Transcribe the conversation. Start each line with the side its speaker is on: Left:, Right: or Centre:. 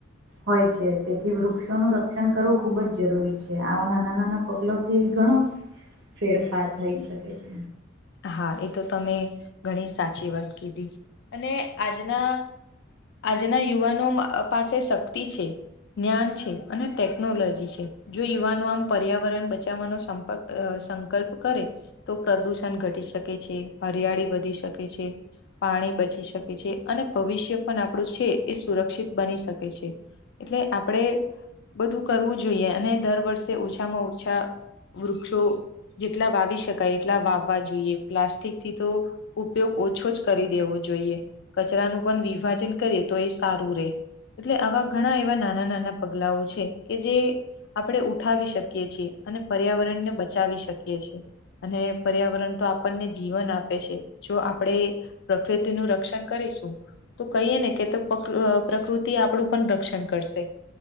Right: હોય છે તેથી વૃક્ષોનું રક્ષણ કરવું ખુબ જ જરૂરી છે આવા નાના નાના પગલોથી ઘણો ફેરફાર થઈ શકે છે
Left: હા એ તો તમે ઘણી સાચી વાત કીધી અને આજના આજના યુવાનો પાસે શક્તિ છે ન્યાન છે અને ટેકનોલોજી છે જો યુવાનો આમ પર્યાવરણ બચાવવાનો સંપક સંકલ્પ કરે તો પ્રદુષણ ઘટી શકે છે હરિયાળી વધી શકે છે પાણી બચી શકે છે અને ભવિષ્ય પણ આપણું છે એ સુરક્ષિત બની શકે છે એટલે આપણે બધું કરવું જોઈએ ને દર વર્ષે ઓછામાં ઓછા વૃક્ષો જેટલા વાવી શકાય એટલા વાવ વા જોઈએ પ્લાસ્ટિક થી તો ઉપયોગ ઓછો જ કરી દેવો જોઈએ કચરાનું પણ વિભાજન કરીએ તો એ સારું રે એટલે આવા ઘણા એવા નાના નાના પગલાઓ છે કે જે આપડે ઉઠાવી શકીએ છીએ અને પર્યાવરણ ને બચાવી શકીએ છીએ અને. પર્યાવરણ તો આપણને જીવન આપે છે જો આપડે પ્રકૃતિનું રક્ષણ કરીશું. તો કહીએ ને કે પ્રકૃતિ આપડું પણ રક્ષણ કરશે.